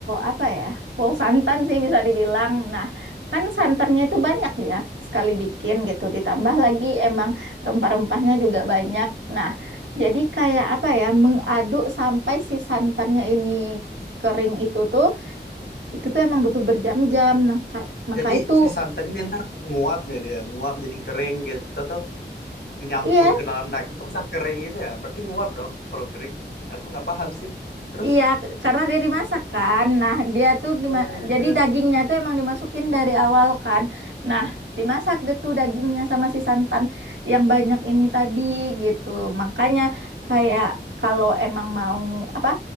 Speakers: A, on the right; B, on the left.
A: apa ya? Full santan sih bisa dibilang. Nah, kan santannya itu banyak ya sekali bikin gitu. Ditambah
B: Hmm.
A: lagi emang rempah-rempahnya juga banyak. Nah, jadi kayak apa ya? Mengaduk sampai si santannya ini kering itu tuh, itu tuh emang butuh berjam-jam. Nah, kar- maka
B: jadi
A: itu
B: si santan ini ntar nguap ya dia nguap jadi kering gitu atau nyampur
A: Iya,
B: ke dalam daging kok bisa kering gitu ya berarti nguap dong kalau kering aku nggak paham sih terus
A: Iya, karena dia dimasak kan. Nah, dia tuh dima-
B: Oh iya.
A: jadi dagingnya tuh emang dimasukin dari awal kan. Nah, dimasak deh tuh dagingnya sama si santan yang banyak ini
B: Hmm.
A: tadi gitu. Makanya kayak kalau emang mau apa